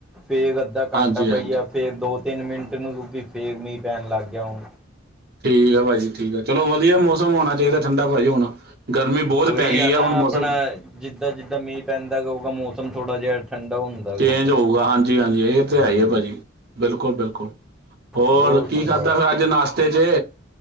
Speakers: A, in the centre; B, on the right.
A: ਫਿਰ ਅੱਧਾ ਘੰਟਾ
B: ਹਾਂਜੀ ਹਾਂਜੀ
A: ਪਈ ਆ ਫਿਰ ਦੋ ਤਿੰਨ ਮਿੰਟ ਨੂੰ ਕਿਉਂਕਿ ਫਿਰ ਮੀਂਹ ਪੈਣ ਲੱਗ ਗਿਆ ਹੁਣ
B: ਠੀਕ ਆ ਭਾਜੀ ਠੀਕ ਆ ਚਲੋ ਵਧੀਆ ਮੌਸਮ ਹੋਣਾ ਚਾਹੀਦਾ ਠੰਡਾ ਭਾਜੀ ਹੁਣ ਗਰਮੀ ਬਹੁਤ
A: ਉਹੀ
B: ਪੈ ਗਈ
A: ਨਾ
B: ਆ ਹੁਣ
A: ਆਪਣਾ
B: ਮੌਸਮ
A: ਜਿੱਦਾਂ ਜਿੱਦਾਂ ਮੀਂਹ ਪੈਂਦਾ ਮੌਸਮ ਥੋੜਾ ਜਿਹਾ ਠੰਡਾ ਹੁੰਦਾ
B: ਚੇਂਜ
A: ਗਊਗਾ
B: ਹੋਊਗਾ ਹਾਂਜੀ ਹਾਂਜੀ ਇਹ ਤਾਂ
A: ਹਾਂਜੀ
B: ਹੈ ਹੀ ਹੈ ਭਾ ਜੀ ਬਿਲਕੁਲ ਬਿਲਕੁਲ ਹੋਰ
A: ਉਹ
B: ਕੀ
A: ਸੁਣਾਓ
B: ਖਾਧਾ ਫਿਰ ਅੱਜ ਨਾਸ਼ਤੇ ਚ